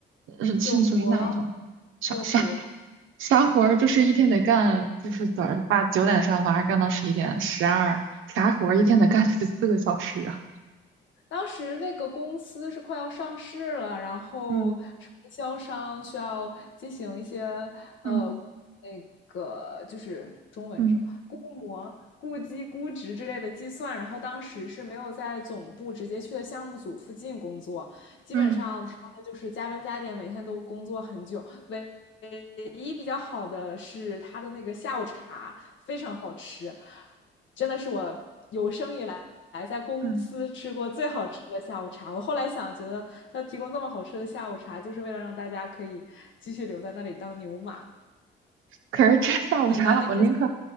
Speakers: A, on the right; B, on the left.
A: 呃是是属于哪一种？
B: 有活儿，
A: 啥啥
B: 有活儿。
A: 啥活儿？就是一天得干，就是早上八九点上班，干到十一点、十二，啥活儿一天得干十四个小时啊？
B: 当时那个公司是快要上市了，然后承销商需要进行一些
A: 嗯
B: 呃
A: 嗯
B: 那个就是中文是什么估模、
A: 嗯
B: 估计、估值之类的计算，然后当时是没有在总部直接去的项目组附近工作，基本上他们就是加班加点，
A: 嗯
B: 每天都工作很久。唯一比较好的是他的那个下午茶非常好吃，真的是我有生以来在公司吃过最好吃的下午茶。
A: 嗯。
B: 我后来想，觉得他提供这么好吃的下午茶，就是为了让大家可以继续留在那里当牛马。
A: 可是这下午茶，
B: 你呢？你之前
A: 我宁可